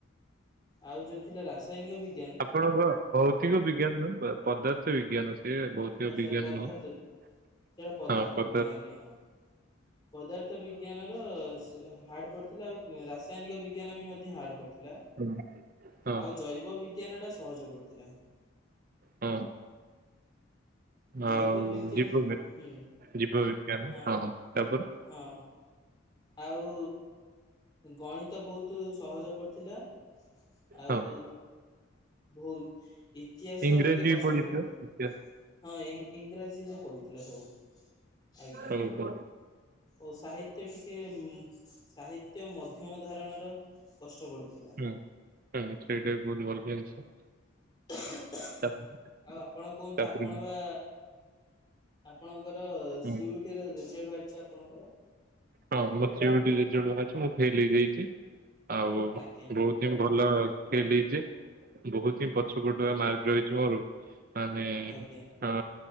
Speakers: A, on the left; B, on the right.
A: ଆଉ ଯୋଉ ଥିଲା ରାସାୟନିକ ବିଗ୍
B: ଆପଣଙ୍କ ଭୌତିକ ବିଜ୍ଞାନ ନୁହଁ ପଦାର୍ଥ ବିଜ୍ଞାନ। ଏ ଭୌତିକ
A: ଓ ସେ
B: ବିଜ୍ଞାନ
A: ପଦାର୍ଥ
B: ନୁ ହଁ
A: ସେଇଟା
B: ହଁ ପଦାର୍ଥ
A: ବିଜ୍ଞାନ ଆଜ୍ଞା ହଁ। ପଦାର୍ଥ ବିଜ୍ଞାନର ହାର୍ଡ଼ ପଡ଼ିଥିଲା ଆଉ ରାସାୟନିକ ବିଜ୍ଞାନ ବି ମଧ୍ୟ ହାର୍ଡ଼ ପଡ଼ ଥିଲା
B: ହଁ ହଁ
A: ଆଉ ଜୈବ ବିଜ୍ଞାନ ଟା ସହଜ ପଡିଥିଲା।
B: ହଁ।
A: ଜୈବ
B: ଆଉ
A: ବିଜ୍ଞାନ
B: ଜୀବ ଜୀବବିଜ୍ଞାନ
A: ହୁଁ ଆ
B: ହଁ ତାପରେ।
A: ହଁ ଆଉ ଗଣିତ ବହୁତୁ ସହଜ ପଡ଼ିଥିଲା ଆଉ
B: ହଁ
A: ଭଉ ଇତିହାସ
B: ଇଂରାଜୀ
A: ଟିକେ କଷ୍ଟ
B: ବି ପଢିଥିବ
A: ପଡି
B: ଇତିହାସ
A: ହଁ ଇଂରାଜୀରେ ପଡିଥିଲା ସବୁ। ଆଜ୍ଞା।
B: ହୁଁ ହୁଁ।
A: ଓ ସାହିତ୍ୟ ଟିକେ ସାହିତ୍ୟ ମଧ୍ୟମ ଧାରଣର କଷ୍ଟ ପଡ଼ିଥିଲା।
B: ହଁ ସେଇଟା ବି ବହୁତ୍ ଭଲ ଜିନିଷ।
A: ଆଉ
B: ତାପ-
A: ଆପଣ କୁହନ୍ତୁ
B: ତାପରେ
A: ଆପଣ ବା ଆପଣଙ୍କର
B: ହୁଁ,
A: ସିୟୁଟି ର ରେଜଲ୍ଟ ବାହାରିଛି ଆପଣଙ୍କର।
B: ହଁ ମୋ ସିୟୁଟି ରେଜଲଟ୍ ବାହାରିଚି ମୁଁ ଫେଲ୍ ହେଇଯାଇଚି, ଆଉ
A: ଆଜ୍ଞା
B: ବହୁତ ଭଲ ହେଇ ଯେ ବହୁତ ପଛ ପଟୁଆ ମାର୍କ ରହିଛି ମୋର ମାନେ
A: ଆଜ୍ଞା
B: ହଁ